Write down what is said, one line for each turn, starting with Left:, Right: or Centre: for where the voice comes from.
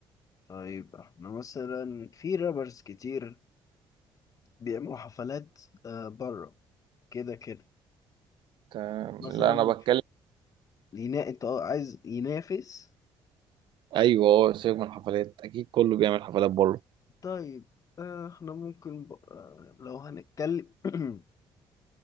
Left: طيب احنا مثلا في رابرز كتير بيعملوا حفلات آه بره كده كده
Right: تمام
Left: مثلا
Right: لا انا بتكلم
Left: ينا... انت عايز ينافس
Right: ايوه اه سيبك من الحفلات اكيد كله بيعمل حفلات بره
Left: طيب آه احنا ممكن ب... آه لو هنتكلم <clears throat>